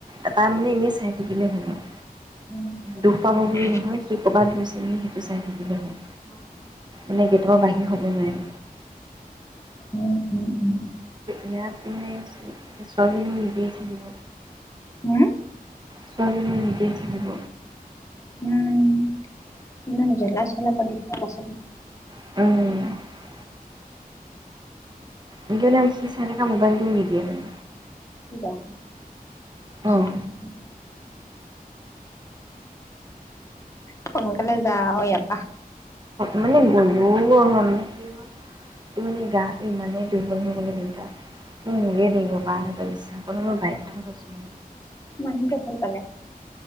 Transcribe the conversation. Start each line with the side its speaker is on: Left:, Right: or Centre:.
Right: এটা মানে এনেই চাই থাকিলে হ'ল আৰু,
Left: হম
Right: দুখ পাব বুলি নহয় সি ক'ৰবাত গৈছে নে সেইটো চাই থাকিলে হ'ল।
Left: অঁ!
Right: মানে গেটৰ পৰা বাঢ়িৰ হ'ব নোৱাৰে।
Left: উম! হুম-হুম।
Right: ইয়াত মানে এয়া ছোৱালীজনীও নিদিয়ে খেলিব।
Left: হুম!
Right: ছোৱালীজনীয়ে নিদিয়ে খেলিব।
Left: উম! ইমান জলা-চলা <unintelligible>
Right: উম। এনেকে মানে সি চাই থকা মোবাইলটোও নিদিয়ে মানে।
Left: উবা <unintelligible>
Right: অঁ
Left: সোনকালে যাওঁ অ ইয়াৰ পৰা।
Right: মানে গ'লেও ক হয় মানে কি হয়। সি মানে গাটো ইমানেই দুৰ্বল হৈ গ'লে দিগদাৰ। সেইটো মোৰেই দেখিব পৰা কাৰণ মই বিশ্বাস কৰিব বাধ্য হৈছোঁ।
Left: মানুহকে ভাল পালে।